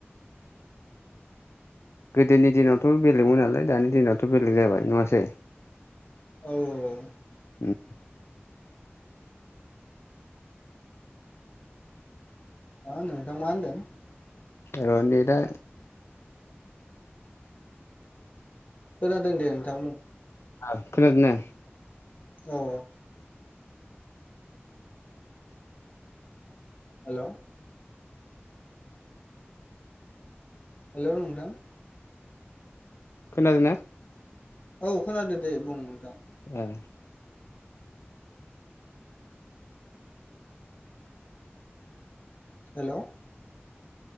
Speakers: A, on the left (about 80°); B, on the left (about 35°).
A: गोदोनि दिनावथ' बेलेगमोन नालाय दानि दिनावथ' बेलेग जाबाय नङासै
B: औ औ
A: उम
B: अ नोंथां मा होनदों
A: र' नेदा
B: खोनादों दे नोंथां
A: आब खोनादों ना
B: औ हेलौ हेल' नोंथां
A: खोनादों
B: औ खोनादो दे बुं नोंथां
A: <unintelligible>
B: हेलौ